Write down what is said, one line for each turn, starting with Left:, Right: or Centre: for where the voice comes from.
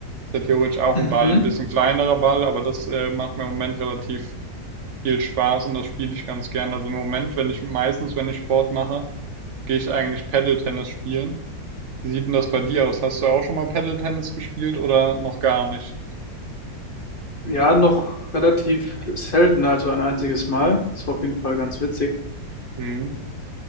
Right: Ist ja theoretisch auch
Left: Mhm.
Right: ein Ball, ein bisschen kleinerer Ball, aber das äh, macht mir im Moment relativ viel Spaß und das spiele ich ganz gern. Also im Moment, wenn ich meistens, wenn ich Sport mache, gehe ich eigentlich Paddle-Tennis spielen. Wie sieht denn das bei dir aus? Hast du auch schon mal Paddle-Tennis gespielt oder noch gar nicht?
Left: Ja, noch relativ selten, also ein einziges Mal. Das war auf jeden Fall ganz witzig.
Right: Mhm.